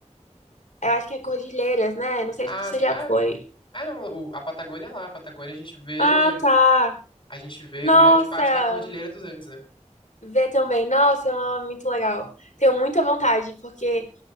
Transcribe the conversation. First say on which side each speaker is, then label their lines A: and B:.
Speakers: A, on the left; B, on the left.
A: Eu acho que é Cordilheiras, né? Não sei
B: Ah,
A: se você
B: sim.
A: já
B: Ah,
A: foi.
B: ah não. o- a Patagônia é lá. A Patagônia a gente vê
A: Ah, tá.
B: a gente vê
A: Nossa,
B: grande parte da Cordilheira dos Andes, né?
A: ver também. Nossa, é muito legal. Tenho muita vontade, porque